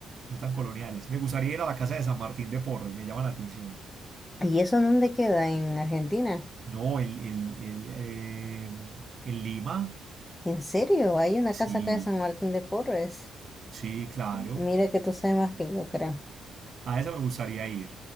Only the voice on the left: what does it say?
¿Y eso dónde queda? En Argentina.
¿En serio? Hay una
casa acá de San Martín de Porres.
Mira que tú sabes más que yo, creo.